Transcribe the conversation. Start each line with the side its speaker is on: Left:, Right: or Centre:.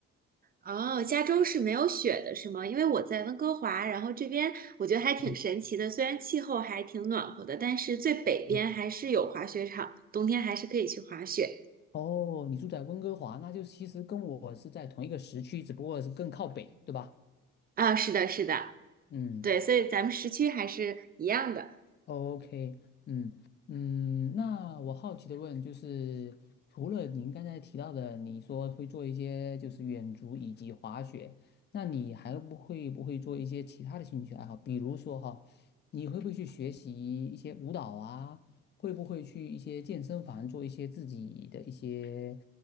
Right: 哦，加州是没有雪的，是吗？因为我在温哥华，然后这边我觉得还挺神奇的，
Left: 嗯
Right: 虽然气候还挺暖和的，但是最北边还是有滑雪场的，
Left: 嗯
Right: 冬天还是可以去滑雪。
Left: 哦，你住在温哥华，那就其实跟我是在同一个时区，只不过是更靠北，对吧？
Right: 啊，是的，是的，
Left: 嗯。
Right: 对，所以咱们时区还是一样的。
Left: OK，嗯嗯，那我好奇的问就是，除了您刚才提到的，你说会做一些就是远足以及滑雪，那你还不会不会做一些其他的兴趣爱好？比如说哈，你会不会去学习一些舞蹈啊？会不会去一些健身房做一些自己的一些